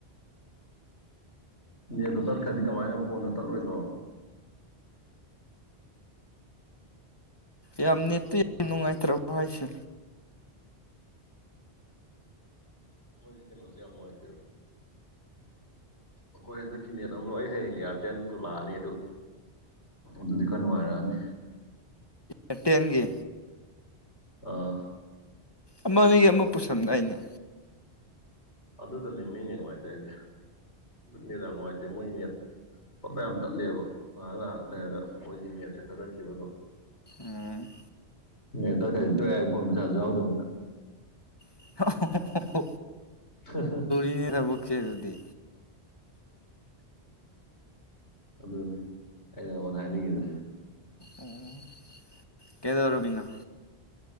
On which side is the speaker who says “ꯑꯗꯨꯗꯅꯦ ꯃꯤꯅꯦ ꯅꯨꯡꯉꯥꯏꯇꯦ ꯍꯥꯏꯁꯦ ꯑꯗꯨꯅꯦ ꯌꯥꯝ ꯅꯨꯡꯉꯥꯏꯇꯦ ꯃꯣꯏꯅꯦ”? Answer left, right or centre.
Left